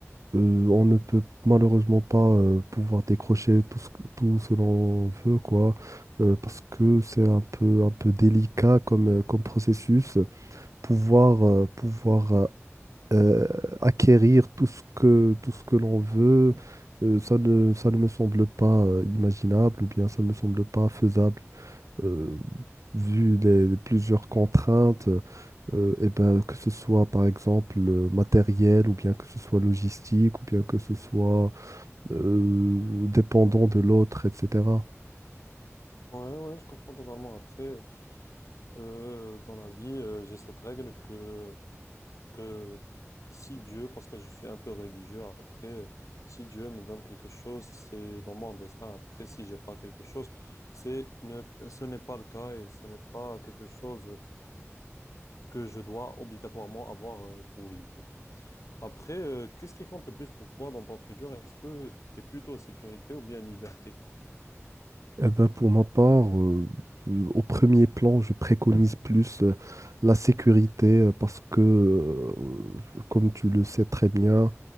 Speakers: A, on the right (about 85°); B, on the left (about 80°).
A: euh, on ne peut malheureusement pas euh, pouvoir décrocher tout ce, que- tout ce l'on veut, quoi, euh, parce que c'est un peu, un peu délicat comme, euh, comme processus pouvoir, euh, pouvoir euh, euh, acquérir tout ce que, tout ce que l'on veut, euh, ça ne, ça ne me semble pas euh, imaginable ou bien ça ne me semble pas faisable euh, vu les, les plusieurs contraintes, euh, et ben, que ce soit par exemple euh, matériel ou bien que ce soit logistique ou bien que ce soit euh, dépendant de l'autre, etc.
B: Ouais, ouais, je comprends totalement. Après. Euh, dans la vie, euh, j'ai cette règle que, que si Dieu, parce que je suis un peu religieux après, euh, si Dieu me donne quelque chose, c'est dans mon destin. Après, si j'ai pas quelque chose, c'est ne, ce n'est pas le cas et ce n'est pas quelque chose que je dois obligatoirement avoir euh, pour vivre. Après, euh, qu'est-ce qui compte le plus pour toi dans ton futur? Est-ce que tu es plutôt sécurité ou bien liberté?
A: Eh ben, pour ma part, euh, euh, au premier plan, je préconise plus euh, la sécurité euh, parce que, euh, comme tu le sais très bien,